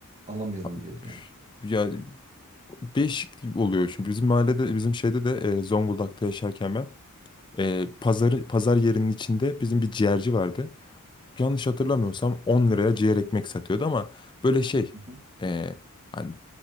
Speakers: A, on the right; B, on the left.
A: alamıyorum
B: Abi,
A: diyordu yani.
B: Ya değişik oluyor şimdi bizim mahallede bizim şeyde de e, Zonguldak'ta yaşarken ben e, pazarı pazar yerinin içinde bizim bir ciğerci vardı. Yanlış hatırlamıyorsam 10 liraya ciğer ekmek satıyordu ama böyle şey
A: Hı hı.
B: e, hani